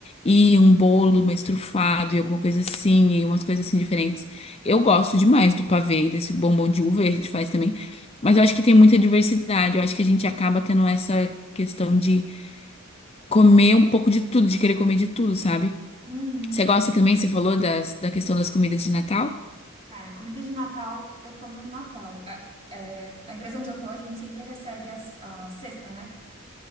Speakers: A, on the left; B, on the right.
A: e um bolo mais trufado e alguma coisa assim, e umas coisas assim diferentes. Eu gosto demais do pavê e desse bombom de uva, e a gente faz também. Mas eu acho que tem muita diversidade, eu acho que a gente acaba tendo essa questão de comer um pouco de tudo, de querer comer de tudo, sabe?
B: Uhum.
A: Você gosta
B: Uhum.
A: também, você falou das, da questão das comidas de Natal?
B: Cara, comida de Natal, eu como no Natal. É, é, na empresa onde eu tô, a gente sempre recebe as- a, cesta, né?